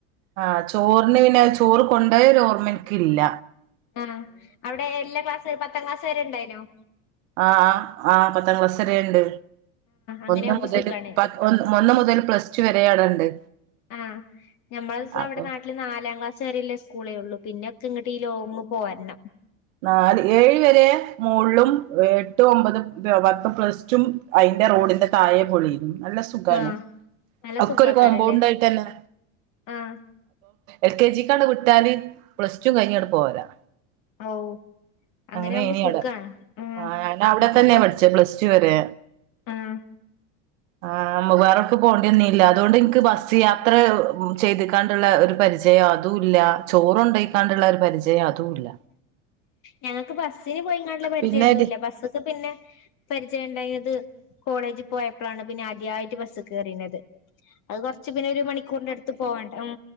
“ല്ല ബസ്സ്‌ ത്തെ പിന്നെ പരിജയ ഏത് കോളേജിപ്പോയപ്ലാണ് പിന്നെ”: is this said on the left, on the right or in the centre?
Left